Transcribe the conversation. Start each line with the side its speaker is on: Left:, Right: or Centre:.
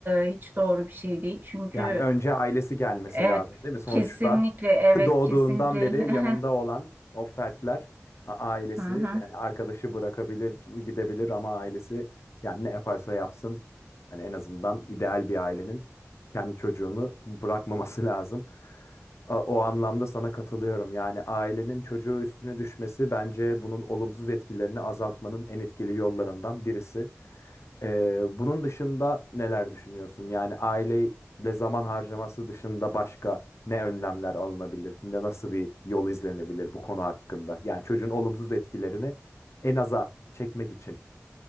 Right: e, hiç doğru bir şey değil. Çünkü
Left: Yani önce ailesi gelmesi
Right: e, evet
Left: lazım değil mi? Sonuçta
Right: kesinlikle evet
Left: <laughs> doğduğundan
Right: kesinlikle.
Left: beri yanında
Right: <laughs>
Left: olan o fertler a- ailesi
Right: Hı hı.
Left: yani arkadaşı bırakabilir, gidebilir ama ailesi yani ne yaparsa yapsın hani en azından ideal bir ailenin kendi çocuğunu bırakmaması <laughs> lazım. A- O anlamda sana katılıyorum. Yani ailenin çocuğu üstüne düşmesi bence bunun olumsuz etkilerini azaltmanın en etkili yollarından birisi. Ee, bunun dışında neler düşünüyorsun? Yani aileyle zaman harcaması dışında başka ne önlemler alınabilir? Ne nasıl bir yol izlenebilir bu konu hakkında? Yani çocuğun olumsuz etkilerini en aza çekmek için.